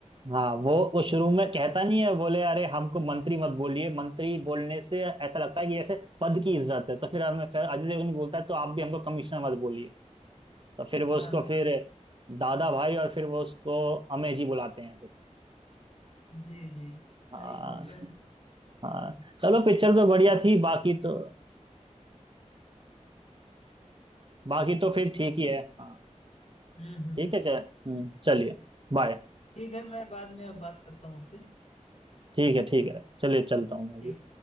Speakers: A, on the right; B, on the left.
A: हाँ वो वो शुरू में कहता नहीं है बोले अरे हमको मंत्री मत बोलिए मंत्री बोलने से ऐसा लगता है कि जैसे पद की इज्जत है तो फिर हमें फिर अजय देवगन भी बोलता है तो आप भी हमको कमिश्नर मत बोलिए तो फिर वो
B: हाँ
A: उसको
B: हाँ
A: फिर दादा भाई और फिर वो उसको अमेजी बुलाते हैं फिर
B: जी जी
A: हाँ
B: सही बोल रहे हैं
A: हाँ चलो पिक्चर तो बढ़िया
B: बहुत
A: थी बाकी तो बाकी तो फिर ठीक
B: चलिए
A: ही है हाँ
B: ठीक है हम्म हम्म
A: ठीक है चल हम्म, चलिए बाय
B: ठीक है मैं बाद में अब बात करता हूँ आपसे
A: ठीक है ठीक है चलिए चलता हूँ मैं
B: ठीक
A: भी